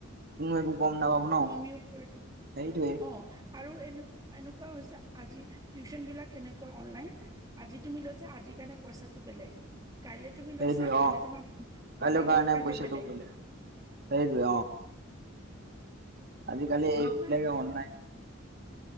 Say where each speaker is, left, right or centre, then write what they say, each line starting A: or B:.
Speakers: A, on the right; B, on the right.
A: কোনো একো গম নাপাব ন
B: অ মিউট কৰি
A: সেইটোৱে
B: অঁ। আৰু এনে এনেকুৱা হৈছে আজি টিউচন বিলাক এনেকুৱা অনলাইন আজি তুমি লৈছা আজিৰ কাৰণে পইচাটো বেলেগ, কাইলে তুমি
A: সেইটোৱে
B: লৈছা কাইলে
A: অ
B: তোমাৰ
A: কাইলৈ
B: আধা
A: কাৰণে
B: ঘন্টা কাইলে
A: পইচাটো
B: বেলেগ।
A: বোলে সেইটোৱে আজি কালি এপ
B: কিমান
A: বিলাকে অনলাইন